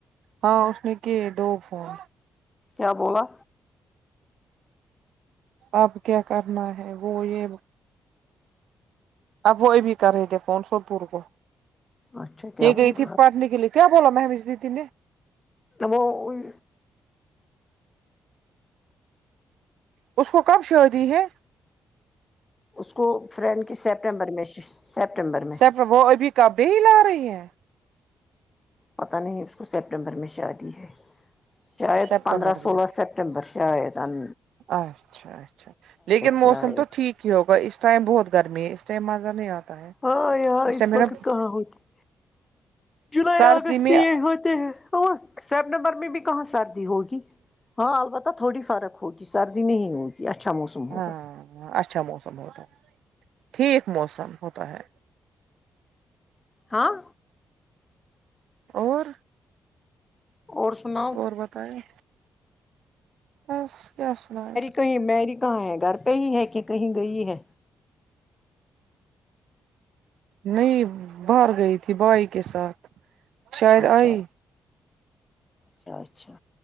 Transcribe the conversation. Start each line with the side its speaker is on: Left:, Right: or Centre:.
Right: ہاں اس نے کی دو فون
Left: کیا بولا
Right: اب کیا کرنا ہے وہ یہ اب وہ ابھی کر رہے تھے فون سوپور کو
Left: اچھا کیا
Right: یہ گئی
Left: بول
Right: تھی
Left: رہا
Right: پڑھنے کے لیے کیا بولا مہویش دیدی نے
Left: وہ ان
Right: اس کو کب شادی ہے
Left: اس کو فرینڈ کے سپٹمبر میں سپٹمبر میں
Right: سیپ وہ ابھی کبھی لا رہی ہیں
Left: پتا نہیں اس کو سپٹمبر میں شادی ہے شاید
Right: سپٹمبر
Left: پندرہ سولہ
Right: میں
Left: سپٹمبر شاید ان
Right: اچھا اچھا لیکن موسم
Left: شاید
Right: تو ٹھیک ہی ہوگا اس ٹائم بہت گرمی ہے اس ٹائم مزہ نہیں آتا ہے
Left: ہاں یہاں اس
Right: ٹائم میرا
Left: وقت کہاں ہوتی ہیں جولائی
Right: سردی
Left: اگست
Right: میں
Left: یہ ہوتے ہیں ہاں سپٹمبر میں بھی کہاں سردی ہوگی ہاں البتہ تو تھوڑی فرق ہوگی سردی نہیں ہوگی اچھا موسم ہوگا
Right: ہاں ہ اچھا موسم ہوتا ہے ٹھیک موسم ہوتا ہے
Left: ہاں
Right: اور
Left: اور سناؤ
Right: اور بتایں بس کیا سنائیں
Left: کہ میری کہاں ہے گھر پہ ہی ہے کہ کہیں گئی ہے
Right: نہیں باہر گئی تھی بھائی کے ساتھ شاید
Left: اچھا
Right: آئی
Left: اچھا اچھا